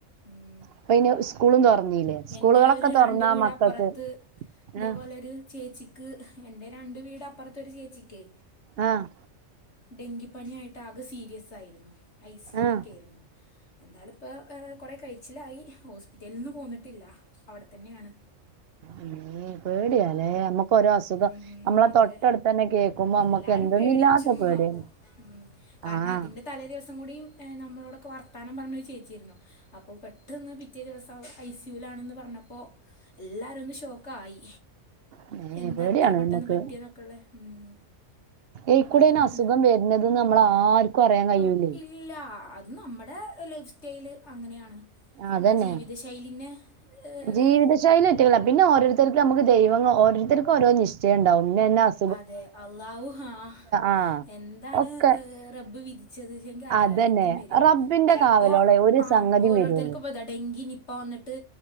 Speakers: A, on the left (about 60°); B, on the right (about 60°).
A: ഉം
B: ഇപ്പൊ ഇനി സ്കൂളും തുറന്നില്ലേ സ്കൂളുകളൊക്കെ
A: എന്റെ ഒരു
B: തുറന്നാ
A: രണ്ട് വീട്
B: മക്കൾക്ക്
A: അപ്പുറത്ത് ഇതേപോലെ
B: ആ
A: ഒരു ചേച്ചിക്ക് എന്റെ രണ്ട് വീട് അപ്പർത്തെ ഒരു ചേച്ചിക്കെ
B: ആഹ്
A: ഡെങ്കിപ്പനിയായിട്ട് ആകെ സീരിയസായിരുന്നു ഐ സി യുൽ
B: ആ
A: ഒക്കെ ആയിരുന്നു എന്തായാലും ഇപ്പൊ ഏ കുറെ കഴിച്ചിലായി ഹോസ്പിറ്റലിൽ നിന്ന് പോന്നിട്ടില്ല അവിടെ തന്നെയാണ്
B: ഇമ്മേ പേടിയാലേ നമ്മക്ക് ഓരോ അസുഖം
A: ഉം
B: നമ്മളെ
A: അതെ
B: തൊട്ടടുത്തന്നെ കേൾക്കുമ്പൊ നമ്മക്ക്
A: എല്ലാരും
B: എന്താനില്ലാത്ത
A: പേടിച്ചു
B: പേടിയാണ്
A: അപ്പോ ഉം കാരണം
B: ആഹ്
A: അതിന്റെ തലേ ദിവസം കൂടിയും നമ്മളോടൊക്കെ വർത്താനം പറഞ്ഞ ഒരു ചേച്ചിയായിരുന്നു അപ്പൊ പെട്ടന്ന് പിറ്റേ ദിവസം ഐ സി യുലാണ് എന്ന് പറഞ്ഞപ്പോ എല്ലാരും ഒന്ന് ഷോക്കായി
B: മഇമ്മേ
A: എന്താ
B: പേടിയാണ്
A: ഇത്ര പെട്ടെന്ന്
B: നമ്മക്ക്
A: പറ്റിയെന്നൊക്കെള്ളെ ഉം
B: എയ്ക്കൂടെ
A: അതാണ്
B: അയിന് അസുഖം വര് ണത്, നമ്മക്ക് ആർക്കും അറിയാൻ കഴിയൂല
A: ആഹ് ഇല്ല അത് നമ്മുടെ ലൈഫ് സ്റ്റൈല് അങ്ങനെയാണ് നമ്മുടെ
B: അതന്നെ
A: ജീവിത ശൈലിനെ ഏഹ്
B: ജീവിതശൈലി ആയിട്ടല്ല പിന്നെ ഓരോരുത്ത ത്തർക്ക്, നമുക്ക് ദൈവം ഓരോരുത്തർക്ക് ഓരോ നിശ്ച്ചയം ഉണ്ടാവും ഇന്ന എന്ന അസ്
A: അതെ അള്ളാവു ആഹ്
B: ആഹ്
A: എന്താണ്
B: ഒക്കെ
A: റബ്ബ് വിധി ച്ചതിച്ചെങ്കി, അതായിരിക്കും
B: അതന്നെ
A: വര
B: റബ്ബിന്റെ
A: ചിലപ്പോ
B: കാവലോളെ ഒരു
A: ആഹ്
B: സംഗതിയും
A: ഓരോരുത്തർക്കും
B: വരുള്ളൂ
A: ഇതാ ഡെങ്കി നിപ്പ വന്നിട്ട്